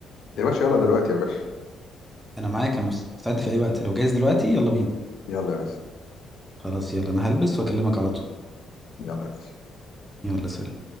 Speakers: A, on the left (about 70°); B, in the centre.
A: يا باشا يلا دلوقتي يا باشا
B: أنا معاك أنا مستعد في أي وقت لو جاهز دلوقتي يلا بينا
A: يلا يا باشا
B: خلاص يلا أنا هلبس وأكلمك على طول
A: يلا يا باشا
B: يلا سلام